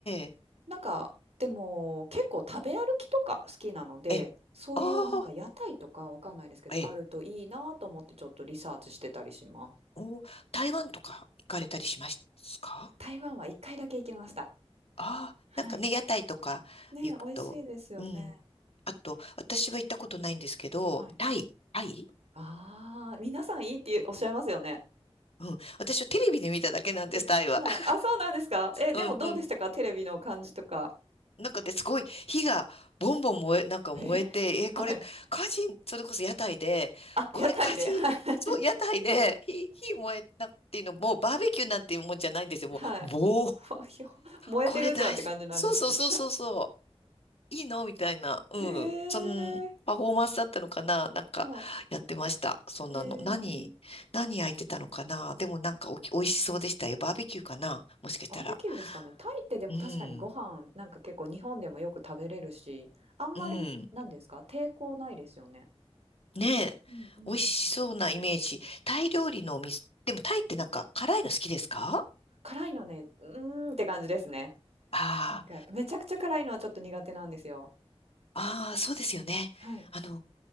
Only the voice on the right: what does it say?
なんか、でも、結構食べ歩きとか好きなので、
そういうなんか屋台とかわかんないですけど、
あるといいなと思ってちょっとリサーチしてたりします。
うん台湾は一回だけ行きました。
はい。
ね、美味しいですよね。
はい。
ああ、皆さんいいっておっしゃいますよね。
うんはい。
あ、そうなんですか。
え、でもどうでしたかテレビの感じとか。
え
はい。
あ、
屋台で。はい。
はい。
<laughs> ほひょ燃えてるじゃんって感じなんですね。
へえ。
はい。
えー、
バーベキューですかね。タイってでも確かにご飯なんか結構日本でもよく食べれるし、
あんまりなんですか、
抵抗ないですよね。
うんうんうん。
辛いのね、うーんって感じですね。
なんかめちゃくちゃ辛いのはちょっと苦手なんですよ。
はい。